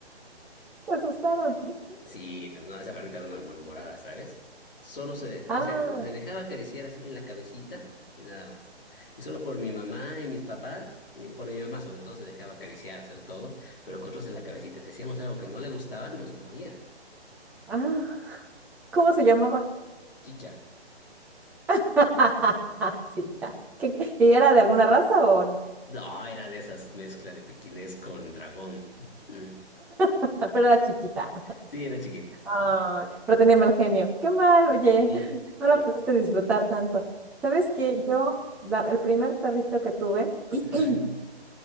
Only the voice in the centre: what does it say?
Me asustaron.
Ah,
ah, ¿cómo se llamaba?
<laughs> Sí, ya. ¿Qué- qué- ¿Y era de alguna raza o no?
<laughs> Pero era chiquita.
Ay, pero tenía mal genio. Qué mal, oye,
<laughs> no la Sí. pudiste disfrutar tanto. ¿Sabes qué? Yo, la- el primer perrito que tuve <clears throat>